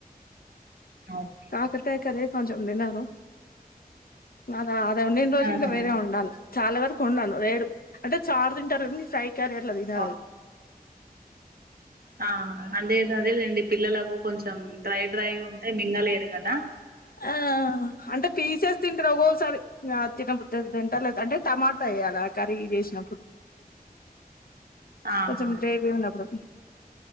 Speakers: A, on the right; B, on the left.
A: ఓకే
B: కాకరకాయ కర్రే కొంచం తినరు అది అత్ అది వండిన రోజు
A: ఆహా
B: ఇంకా వేరే వండాలి. చాలా వరకు వండాను వేరు అంటే చారు తింటారు ఫ్రై కర్రీలు తినారు
A: ఆ
B: అవి.
A: ఆ అదే అదేలేండి పిల్లలకు కొంచెం డ్రై డ్రై ఉంటే మింగలేరు కదా.
B: ఆహ్ అంటే పీసేస్ తింటారు ఒక్కొక్కసారి ఆహ్ తినబుద్ధి అయినప్పుడు తింటారు లేదా అంటే టమాటా వేయాలా కర్రీ చేసినప్పుడు.
A: ఆహా
B: కొంచెం గ్రేవీ ఉన్నప్పుడు.